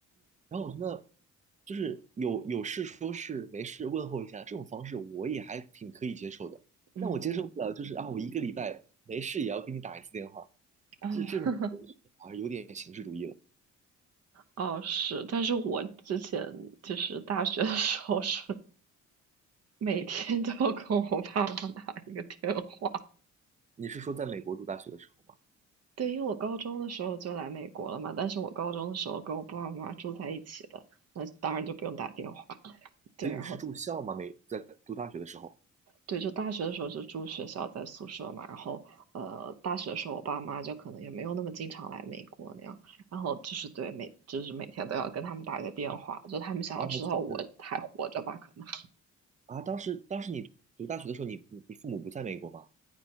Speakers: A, on the right; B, on the right.
A: 然后我觉得就是有有事说事，没事问候一下，这种方式我也还挺可以接受的。
B: 嗯。嗯。
A: 但我接受不了就是啊，
B: 嗯。嗯。
A: 我一个礼拜没事也要给你打一次电话，
B: 嗯。
A: 这这种我觉得好像有点形式主义了。
B: 哦，是，但是我之前就是大学的时候是每天都要跟我爸妈打一个电话。
A: 你是说在美国读大学的时候吗？
B: 对，因为我高中的时候就来美国了嘛，但是我高中的时候跟我爸爸妈妈住在一起的，那当然就不用打电话。对，
A: 所以你是住校吗？
B: 然后
A: 美在读大学的时候？
B: 对，就大学的时候就住学校在宿舍嘛，然后呃，大学的时候我爸妈就可能也没有那么经常来美国那样，然后就是对每就是每天都要跟他们打一个电话，就他们想要知道我还活着吧，
A: 哦，就是
B: 可能。
A: 啊，当时当时你读大学的时候，你你你父母不在美国吗？